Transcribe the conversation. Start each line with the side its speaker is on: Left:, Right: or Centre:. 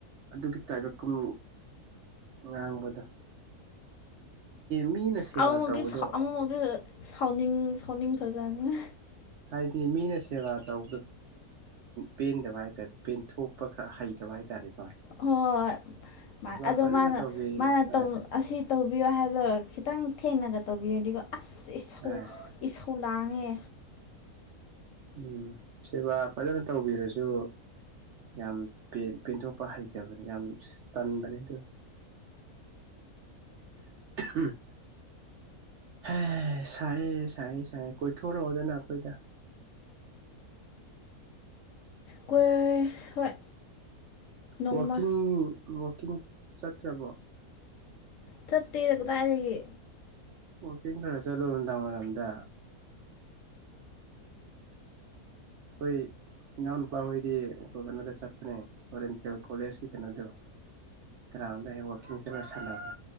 Right: ꯑꯗꯨꯒꯤ ꯇꯥꯏꯞꯇꯥꯡ ꯉꯥꯡꯕꯗꯣ ꯃꯤꯅ ꯁꯦꯕꯥ
Left: ꯑꯃꯨꯃꯨꯛꯇꯤ
Right: ꯇꯧꯕꯗꯣ
Left: ꯁꯥꯎ ꯑꯃꯨꯃꯨꯛꯇꯤ ꯁꯥꯎꯅꯤꯡ ꯁꯥꯎꯅꯤꯡꯡ ꯐ꯭ꯔꯖꯅ
Right: ꯍꯥꯏꯗꯤ ꯃꯤꯅ ꯁꯦꯕꯥ ꯇꯧꯕꯗ ꯄꯦꯟꯗꯕ ꯍꯥꯏꯇꯥꯔꯦ ꯄꯦꯟꯊꯣꯛꯄ ꯈꯔ ꯍꯩꯇꯦ ꯁꯕꯥꯏ ꯇꯥꯔꯤꯛ
Left: ꯍꯣꯏ ꯑꯗ
Right: ꯐꯖꯅ
Left: ꯃꯥꯅ
Right: ꯇꯧꯕꯤꯔꯦ
Left: ꯃꯥꯅ
Right: ꯍꯣꯏ
Left: ꯑꯁꯤ ꯇꯧꯕꯤꯌꯣ ꯍꯥꯏꯕꯗꯣ ꯈꯤꯇꯪ ꯊꯦꯡꯅꯒ ꯇꯧꯕꯤꯔꯗꯤꯕ ꯑꯁꯧ
Right: ꯑꯥ
Left: ꯏꯁꯧ ꯂꯥꯡꯉꯦ
Right: ꯎꯝ ꯁꯦꯕꯥ ꯐꯖꯅ ꯇꯧꯕꯤꯔꯁꯨ ꯌꯥꯝ ꯄꯦꯟꯊꯣꯛꯄ ꯍꯩꯇꯕꯅꯦ ꯌꯥꯝ ꯇꯟꯕꯅꯦ ꯑꯗꯨ ꯎꯝ ꯍ ꯁꯥꯏꯌꯦ ꯁꯥꯏ ꯁꯥꯏꯌꯦ ꯀꯣꯏꯊꯣꯔꯛꯑꯣꯗꯅ ꯑꯩꯈꯣꯏꯗ
Left: ꯀꯣꯏ ꯍꯣꯏ ꯅꯣꯡꯃ
Right: ꯋꯥꯋꯀꯤꯡ ꯋꯥꯋꯀꯤꯡ ꯆꯠꯇ꯭ꯔꯕꯣ
Left: ꯆꯠꯇꯦꯗ ꯀꯗꯥꯏꯗꯒꯤ
Right: ꯋꯀꯤꯡ ꯈꯔ ꯆꯠꯂꯨ ꯅꯨꯡꯗꯥꯡ ꯑꯣꯏꯏꯔꯝꯗ ꯍꯣꯏ ꯏꯅꯥꯎ ꯅꯨꯨꯄꯥ ꯍꯣꯏꯗꯤ ꯀꯩꯅꯣꯗ ꯆꯠꯄꯅꯦ ꯑꯣꯔꯦꯟꯇꯦꯜ ꯀꯣꯂꯦꯖꯀꯤ ꯀꯩꯅꯣꯗꯣ ꯭ꯔꯥꯎꯟꯗ ꯋꯥꯀꯤꯡ ꯆꯠꯂ ꯁꯅꯦ